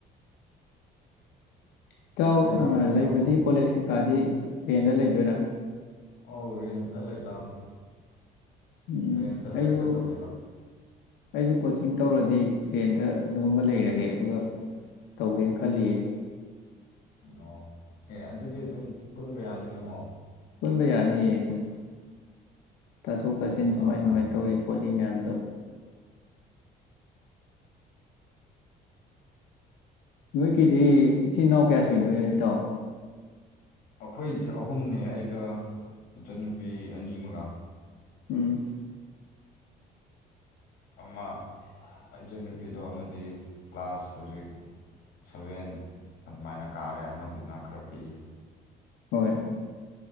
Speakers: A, on the left; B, on the left.
A: ꯏꯇꯥꯎ
B: ꯀꯩꯗꯧꯔꯝꯃꯤꯅꯣ
A: ꯑ
B: ꯏꯇꯥꯎꯕꯣ
A: ꯂꯩꯕꯗꯤ ꯀꯣꯂꯦꯖ ꯀꯩꯀꯥꯗꯤ ꯔꯦꯟꯗ ꯂꯩꯗꯣꯏꯔꯥ
B: ꯑꯧ ꯔꯦꯟꯇ ꯂꯩꯇꯥꯕꯅꯤ
A: ꯎꯝ
B: ꯔꯦꯟꯇ
A: ꯑꯩꯁꯨ
B: ꯂꯩꯔꯒ ꯇꯧꯒꯦꯗꯣ
A: ꯑꯩꯁꯨ ꯀꯣꯆꯤꯡ ꯇꯧꯔꯗꯤ ꯔꯦꯟꯗ ꯑꯗꯨꯒꯨꯝꯕ ꯂꯩꯔꯒꯦ ꯑꯗꯨꯒ ꯇꯧꯒꯦꯅ ꯈꯜꯂꯤꯌꯦ
B: ꯑꯣ ꯑꯦ ꯑꯗꯨꯗꯤ ꯑꯗꯨꯝ ꯄꯨꯟꯕ ꯌꯥꯅꯤꯅꯀꯣ
A: ꯄꯨꯟꯕ ꯌꯥꯅꯤꯌꯦ ꯗꯨꯝ ꯇꯥꯊꯣꯛ
B: ꯄꯨꯟꯁꯤ
A: ꯇꯥꯁꯤꯟ
B: ꯏꯇꯥꯎ
A: ꯁꯨꯃꯥꯏ
B: ꯑꯗꯨꯃꯥꯏꯅ
A: ꯁꯨꯃꯥꯏꯅ ꯇꯧꯔꯤ ꯈꯣꯠꯂꯤ ꯃꯌꯥꯝ ꯅꯣꯏꯒꯤꯗꯤ ꯏꯆꯤꯜ ꯏꯅꯥꯎ ꯀꯌꯥ ꯁꯨꯏꯅꯣ ꯏꯇꯥꯎ
B: ꯑꯩꯈꯣꯏꯁꯦ ꯑꯍꯨꯝꯅꯦ ꯑꯩꯒ ꯏꯆꯟꯅꯨꯄꯤ ꯑꯅꯤ ꯑꯃꯒ
A: ꯎꯝ
B: ꯑꯃ ꯏꯆꯟꯟꯅꯨꯄꯤꯗꯣ ꯑꯃꯗꯤ ꯀ꯭ꯂꯥꯁ ꯍꯧꯖꯤꯛ ꯁꯚꯦꯟ ꯑꯗꯨꯃꯥꯏꯅ ꯀꯥꯔꯦ ꯑꯃꯗꯨꯅ ꯈꯔ ꯄꯤꯛꯏ
A: ꯍꯣꯏ